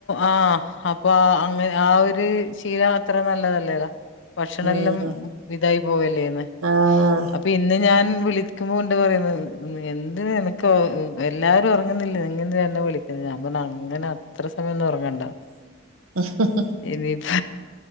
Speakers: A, on the left; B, on the right.
A: ആഹ് അപ്പൊ അങ്ങന ആ ഒര് ശീലം അത്ര നല്ലതല്ലേലാ ഭക്ഷണെല്ലാം
B: ഉം
A: ഇതായി പോവല്ലേന്ന്
B: ആഹ്
A: അപ്പൊ ഇന്ന് ഞാൻ വിളിക്കുമ്പോ കൊണ്ട് പറയുന്ന് എന്ത് എനക്ക് എല്ലാരും ഉറങ്ങുന്നില്ലേ നീയെന്തിനാ എന്നെ വിളിക്കുന്നത് ഞാൻ പറഞ്ഞു അങ്ങന അത്ര സമയംഒന്നും ഉറങ്ങണ്ട
B: <unintelligible>
A: ഇനിപ്പ